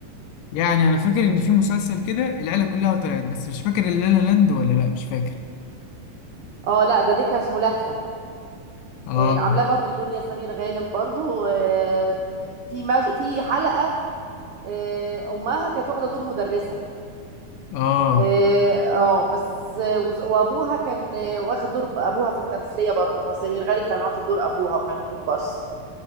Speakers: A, on the left; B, on the right.
A: يعني انا فاكر ان في مسلسل كده العيله كلها طلعت بس مش فاكر اللا لا لاند ولا لا مش فاكر
B: اه لا ده ديكها اسمه لهفه
A: اه
B: آه، عاملاه برضو دنيا سمير غانم برضو آه، في مج... في حلقه آه، امها كانت واخده دور مدرسه
A: اه
B: اه آه، بس آه، وز- وابوها كان آه، واخد دور ابوها في التمثيليه برضه هو سمير غانم كان واخد دور ابوها وكان كومبارس